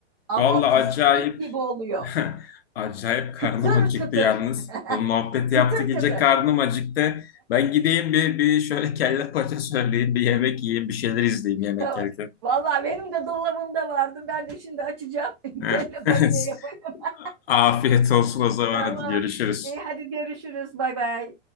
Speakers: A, on the right; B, on the left.
A: ama
B: valla
A: fıstık
B: acayip
A: gibi oluyor.
B: <laughs> acayip karnım
A: Kıtır
B: acıktı
A: kıtır.
B: yalnız. Bu muhabbet
A: <laughs> kıtır
B: yaptı gece
A: kıtır.
B: karnım acıktı. Ben gideyim bir, bir şöyle kelle paça söyleyeyim bir yemek yiyeyim bir şeyler izleyeyim yemek
A: <laughs>
B: yerken.
A: Vallahi benim de dolabımda vardı. Ben de şimdi açacağım. <laughs>
B: Ha.
A: Kelle paçaya
B: <laughs>
A: yapayım. <laughs>
B: Afiyet olsun o zaman
A: tamam.
B: hadi görüşürüz.
A: İyi hadi görüşürüz. Bay bay.